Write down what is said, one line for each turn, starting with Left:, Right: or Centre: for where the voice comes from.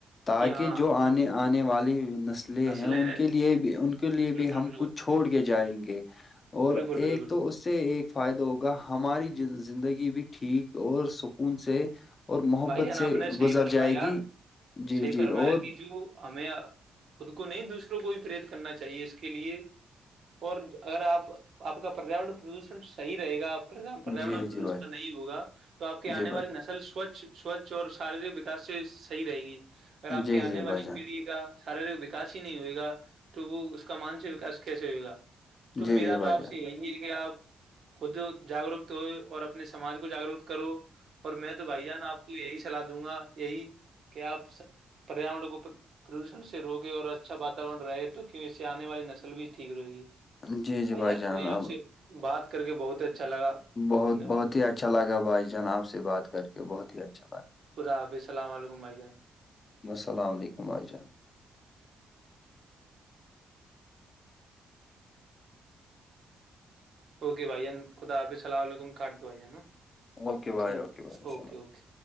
Left: تاکہ
Right: کہ ہاں
Left: جو آنے آنے والی نسلیں ہیں
Right: نسل
Left: ان
Right: ہے
Left: کے لیے بھی ان کے لیے
Right: بالکل
Left: بھی ہم
Right: بالکل
Left: کچھ چھوڑ کے جائیں گے اور
Right: بالکل بالکل
Left: ایک تو اس سے ایک فائدہ ہوگا ہماری زندگی بھی ٹھیک اور سکون سے اور محبت
Right: بھائی جان
Left: سے
Right: آپ نے صحیح
Left: گزر
Right: فرمایا
Left: جائے گی جی
Right: صحیح
Left: جی
Right: فرمایا
Left: اور
Right: کہ جو ہمیں خود کو نہیں دوسروں کو بھی پرییرت کرنا چاہیے اس کے لیے اور اگر آپ آپ کا پریاورن پردوشن صحیح رہے گا آپ پریاورن
Left: جی
Right: اور پردوشن
Left: جی بھائی جان
Right: نہیں ہوگا تو آپ کی آنے
Left: جی بھائی
Right: والی نسل سوچھ سوچھ اور شارییرک وکاس سے صحیح رہے گی
Left: جان
Right: اگر آپ
Left: جی
Right: کی آنے
Left: جی بھائی
Right: والی
Left: جان
Right: پیڑھی کا شارییرک وکاس ہی نہیں ہوئے گا تو وہ اس کا مانسک وکا کیسے ہوئے گا تو
Left: جی
Right: میرا
Left: جی بھائی
Right: تو آپ
Left: جان
Right: سے یہی ہے کہ آپ خود جاگروک ہو اور اپنے سماج کو جاگروک کرو اور میں تو بھائی جان آپ یہی سلاح دوں گا یہی کہ آپ پریاور کو پردوشن سے روکے اور اچھا واتاورن رہے تو کیوں اس سے آنے والی نسل بھی ٹھیک رہے گی
Left: جی جی بھائی
Right: یار
Left: جان
Right: مجھے آپ
Left: اب
Right: سے بات کر کے بہت ہی اچھا لگا دھنیہ
Left: بہت
Right: واد
Left: بہت ہی اچھا لگا بھائی جان آپ سے بات کر کے بہت ہی اچھا لگا
Right: خدا حافظ سلام علیکم بھائی جان
Left: سلام علیکم بائی جان
Right: اوکے بھائی جان خدا آپ صلام علیکم کاٹ دو بھائی جان نا
Left: اوکے بھائی
Right: ٹھیک
Left: اوکے
Right: ہے
Left: بھائی السلام
Right: اوکے اوکے